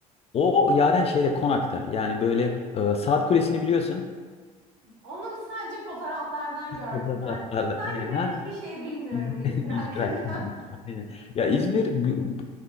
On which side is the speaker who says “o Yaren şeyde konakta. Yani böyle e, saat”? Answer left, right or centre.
Left